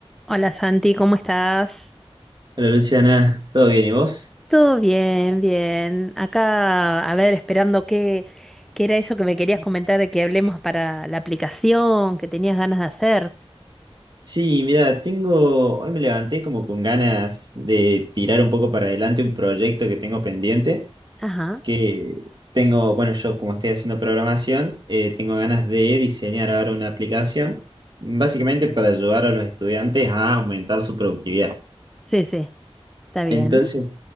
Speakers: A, in the centre; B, on the right.
A: Hola Santi, ¿cómo estás?
B: Hola Luciana, ¿todo bien y vos?
A: Todo bien, bien. Acá, a ver, esperando qué, qué era eso que me querías comentar de que hablemos para la aplicación que tenías ganas de hacer.
B: Sí, mira, tengo, hoy me levanté como con ganas de tirar un poco para adelante un proyecto que tengo pendiente,
A: Ajá,
B: que tengo, bueno, yo como estoy haciendo programación, eh, tengo ganas de diseñar ahora una aplicación, básicamente para ayudar a los estudiantes a aumentar su productividad.
A: sí, sí, está bien.
B: Entonces,